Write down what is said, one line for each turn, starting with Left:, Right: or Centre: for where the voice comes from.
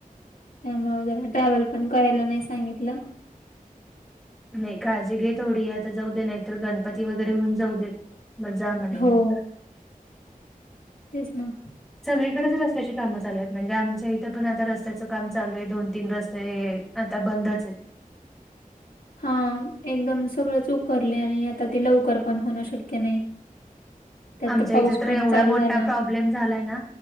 Left: त्यामुळ जरा ट्रॅव्हल पण करायला नाही सांगितलं.
Centre: नाही काळजी घे थोडी, आता जाऊ दे नाहीतर गणपती वगैरे होऊन जाऊ देत म, जा म्हण
Left: हो
Centre: नंतर.
Left: तेच ना.
Centre: सगळीकडच रस्त्याची कामं चालू आहेत, म्हणजे आमच्या इथ पण आता रस्त्याचं काम चालू हेय. दोन- तीन रस्ते आता बंदच आहेत.
Left: हा एकदम सगळंच उकरलय आणि आता ते लवकर पण होणं शक्य नाही. त्यात
Centre: आमच्या
Left: पाऊस
Centre: इथ तर
Left: पण
Centre: एवढा
Left: चालू
Centre: मोठा
Left: झाला
Centre: प्राब्ल ब्लेम झालाय ना,